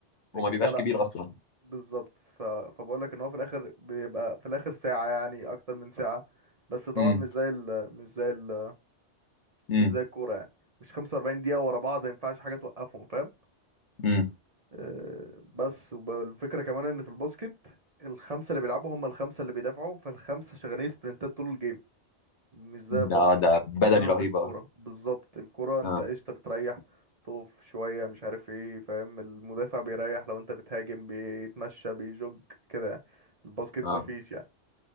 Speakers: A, on the left; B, on the right.
A: وما
B: لكن
A: بيبقاش
B: ده لا
A: كبير اصلا
B: بالظبط ف... فبقول لك ان هو في الاخر بيبقى في الاخر ساعه يعني اكتر من ساعه بس طبعا
A: امم
B: مش زي ال... مش زي ال...
A: امم
B: مش زي الكوره يعني مش 45 دقيقه ورا بعض ما ينفعش حاجه توقفهم فاهم
A: امم
B: أه بس والفكره كمان ان في الباسكت الخمسه اللي بيلعبوا هم الخمسه اللي بيدافعوا فالخمسه شغالين سبرنتات طول الجيم مش زي
A: ده
B: الباسكت
A: ده بدني
B: مش زي قصدي
A: رهيب
B: الكورة
A: اه
B: بالظبط الكورة انت
A: اه
B: قشطة بتريح تقف شوية مش عارف ايه فاهم المدافع بيريح لو انت بتهاجم بيتمشى بيجوج كده يعني الباسكت
A: اه
B: مفيش يعني